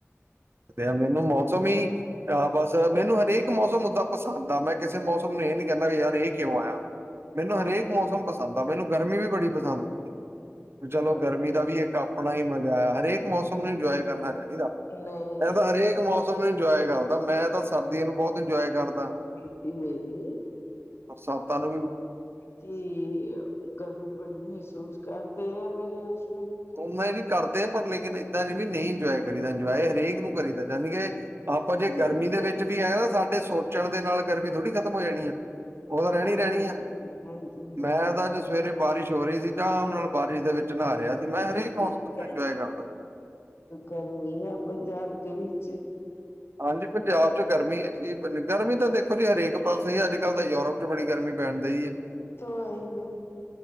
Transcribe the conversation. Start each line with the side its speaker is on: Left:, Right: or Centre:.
Right: ਤੇ ਮੈਨੂੰ ਮੌਸਮ ਹੀ ਆਹ ਬਸ ਮੈਨੂੰ ਹਰੇਕ ਮੌਸਮ ਓਦਾਂ ਪਸੰਦ ਆ ਮੈਂ ਕਿਸੇ ਮੌਸਮ ਨੂੰ ਇਹ ਨੀ ਕਹਿੰਦਾ ਵੀ ਯਾਰ ਇਹ ਕਿਉਂ ਆਇਆ ਮੈਨੂੰ ਹਰੇਕ
Left: ਅੱਛਾ
Right: ਮੌਸਮ ਪਸੰਦ ਆ ਮੈਨੂੰ ਗਰਮੀ ਵੀ ਬੜੀ ਪਸੰਦ, ਚਲੋ
Left: ਓਕੇ
Right: ਗਰਮੀ ਦਾ ਵੀ ਇੱਕ ਆਪਣਾ ਹੀ ਮਜ਼ਾ ਆ, ਹਰੇਕ ਮੌਸਮ ਨੂੰ ਇੰਜੋਏ ਕਰਨਾ ਚਾਹੀਦਾ
Left: ਨਹੀਂ
Right: ਇਹ ਤਾਂ ਹਰੇਕ ਮੌਸਮ ਨੂੰ ਇੰਜੋਏ ਕਰਦਾ, ਮੈਂ ਤਾਂ ਸਰਦੀਆਂ ਨੂੰ ਬਹੁਤ ਇੰਜੋਏ ਕਰਦਾ
Left: ਕਿਟੀ ਮੇਰੀ।
Right: ਸੌਤਾਂ ਨੂੰ ਵੀ ਹੁਣ।
Left: ਕੀ ਗਰਮੀ ਬੜੀ ਮਹਿਸੂਸ ਕਰਦੇ ਆ ਮੇਰੇ ਹਸਬੈਂਡ।
Right: ਉ ਮੰਮੀ ਵੀ ਕਰਦੇ ਪਰ ਲੇਕਿਨ ਇੱਦਾਂ ਦੀ ਵੀ ਨਹੀਂ ਇੰਜੋਏ। ਕਰੀ ਦਾ ਇੰਜੋਏ
Left: ਹਸਬੈਂਡ
Right: ਹਰੇਕ ਨੂੰ ਕਰੀਦਾ ਜਾਨੀ ਕਿ ਆਪਾਂ ਜੇ
Left: ਸਕਦੇ
Right: ਗਰਮੀ ਦੇ ਵਿੱਚ ਵੀ ਹੈਗਾ ਨਾ ਸਾਡੇ। ਚਲਦੇ ਨਾਲ ਗਰਮੀ ਥੋੜੀ ਖ਼ਤਮ ਹੋ ਜਾਣੀ ਆ ਉਹ ਤਾਂ ਰਹਿਣੀ
Left: ਹਾਂਜੀ,
Right: ਰਹਿਣੀ
Left: ਹਾਂਜੀ,
Right: ਆ।
Left: ਹਾਂਜੀ, ਹਾਂਜੀ।
Right: ਮੈਂ ਤਾਂ ਅੱਜ ਸਵੇਰੇ ਬਾਰਿਸ਼ ਹੋ ਰਹੀ ਸੀ ਆਰਾਮ ਨਾਲ ਬਾਰਿਸ਼ ਦੇ ਵਿੱਚ ਨਹਾ ਰਿਹਾ ਸੀ ਮੈਂ ਹਰੇਕ ਮੌਸਮ
Left: ਤੁਸੀਂ
Right: ਨੂੰ
Left: ਕਹਿੰਦੇ
Right: ਇੰਜੋਏ ਕਰਦਾ।
Left: ਗਰਮੀ ਆ ਪੰਜਾਬ ਦੇ ਵਿੱਚ।
Right: ਹਾਂਜੀ ਪੰਜਾਬ ਚ ਗਰਮੀ ਹੈ ਚ ਗਰਮੀ ਤਾਂ ਦੇਖੋ ਜੀ ਹਰੇਕ ਪਾਸੇ ਹੀ ਅੱਜ ਕੱਲ੍ਹ ਤਾਂ ਯੂਰਪ। ਤੇ ਬੜੀ ਗਰਮੀ ਪੈਣ ਡਈ ਆ।
Left: ਤਬਾਹੀ ਏ।